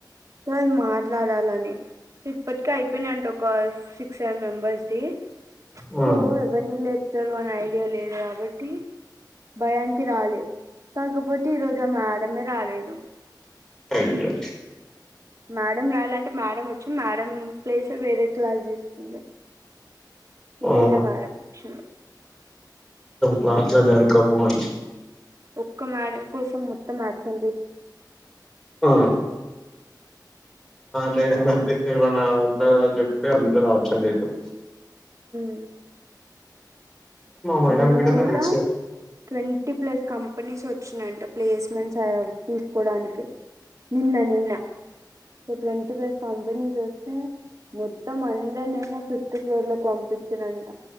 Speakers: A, on the right (about 45°); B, in the centre.
A: సార్ మాట్లాడాలని సో ఇప్పటికి అయిపోయినయంట ఒక సిక్స్ సెవెన్ మెంబర్స్ ది.
B: ఆ
A: సో ఎవర్ని లెట్ తరువాత్ ఐడియా లేదు కాబట్టి భయానికి రాలే కాకపోతే ఈరోజ్ గ మేడమే రాలేదు
B: పైగా
A: మేడం రాలంటే మేడం వచ్చి మేడం ప్లేస్ లో వేరే క్లాస్ తీసు అ వేరే
B: ఆహా
A: మేడం వ
B: పాచ డర్ కమహని
A: ఒక్క మేడం కోసం మొత్తం మార్చం తీ
B: ఆ లై మ ఉంద చెప్పతే అందరు ఆప్షన్ లే <unintelligible>
A: అ
B: మేడం
A: మొన్న
B: కూడా నాకు
A: గూడా
B: తెలుసు
A: ట్వంటీ ప్లస్ కంపెనీస్ వచ్చినయంట ప్లేస్మెంట్స్ తీసుకోడానికి నిన్న నిన్న ట్వంటీ ప్లస్ కంపెనీస్ వస్తే మొత్తం అందర్నేమో ఫిఫ్త్ ఫ్లోర్ లో పంపించంట